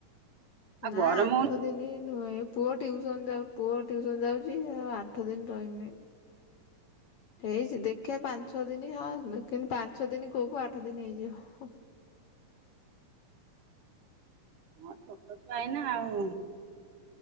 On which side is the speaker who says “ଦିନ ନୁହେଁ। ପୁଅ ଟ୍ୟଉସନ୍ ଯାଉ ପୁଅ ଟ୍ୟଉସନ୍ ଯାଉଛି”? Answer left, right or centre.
Left